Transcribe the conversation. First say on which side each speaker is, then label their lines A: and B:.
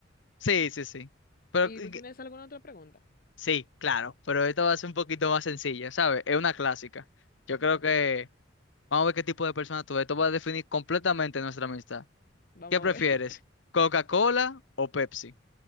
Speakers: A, on the left (about 75°); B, on the left (about 50°).
A: Sí, sí, sí. Pero
B: ¿Y
A: eh,
B: tú tienes alguna otra pregunta?
A: sí, claro. Pero esto va a ser un poquito más sencilla, ¿sabes? Es una clásica. Yo creo
B: Ajá.
A: que Vamos a ver qué tipo de persona tú eres. Esto va a definir completamente nuestra amistad.
B: Vamos
A: ¿Qué prefieres?
B: a ver.
A: ¿Coca-Cola o Pepsi?